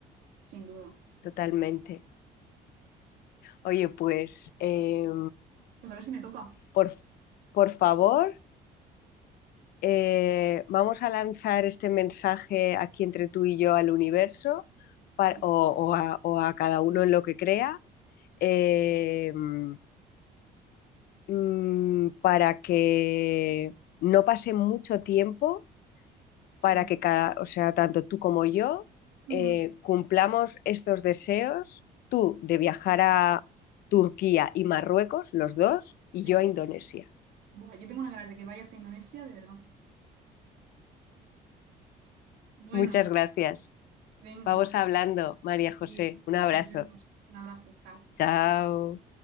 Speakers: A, on the right; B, on the left.
A: sin duda.
B: totalmente. Oye, pues em,
A: Pues a ver si me toca.
B: por, por favor, eh, vamos a lanzar este mensaje aquí entre tú y yo al universo pa-
A: Sí,
B: o, o a, o a cada uno en lo que crea em, mm, para que no pase mucho tiempo
A: sí,
B: para que cada, o sea, tanto tú como yo
A: ujú,
B: eh, cumplamos estos deseos, tú de viajar a Turquía y Marruecos, los dos, y
A: sí.
B: yo a Indonesia.
A: Buah, yo tengo una ganas de que vayas a Indonesia, de verdad. Bueno,
B: Muchas gracias.
A: venga,
B: Vamos hablando, María José.
A: sí,
B: Un abrazo.
A: nos vemos. Un abrazo, chao.
B: Chao.